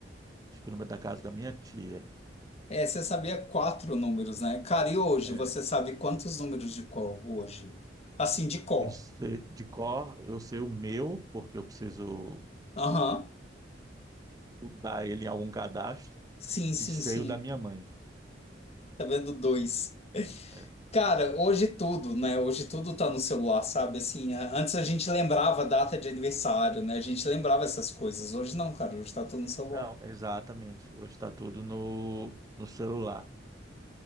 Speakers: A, on the right (about 20°); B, on the left (about 35°).
A: acho que o número da casa da minha tia.
B: É, você sabia quatro números, né? Cara, e hoje
A: É.
B: você sabe quantos números de cor hoje? Assim, de cor.
A: Eu sei, de cor, eu sei o meu, porque eu preciso
B: Aham.
A: dar ele em algum cadastro,
B: Sim, sim,
A: e sei
B: sim.
A: o da minha mãe.
B: Tá vendo dois.
A: É.
B: Cara, hoje tudo, né? Hoje tudo tá no celular, sabe? Assim, a- antes a gente lembrava a data de aniversário, né? A gente lembrava essas coisas. Hoje não, cara. Hoje tá tudo no celular.
A: Não, exatamente. Hoje está tudo no, no celular.